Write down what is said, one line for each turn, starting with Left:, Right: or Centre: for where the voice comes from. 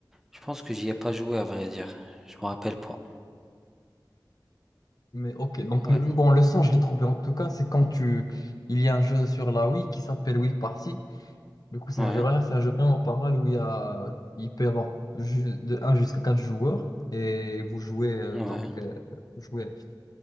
Centre: je pense que j'y ai pas joué à vrai dire. Je me rappelle pas.
Left: Mais ok, donc
Centre: Ouais,
Left: le... bon, le son, je l'ai trouvé en tout cas, c'est quand tu... Il y a un jeu sur la Wii qui s'appelle Wii Party. Du coup, c'est
Centre: ouais,
Left: un jeu, voilà, c'est un jeu vraiment pas mal où il y a, il peut y avoir ju- de un jusqu'à 4 joueurs et vous jouez euh,
Centre: ouais.
Left: donc euh, vous jouez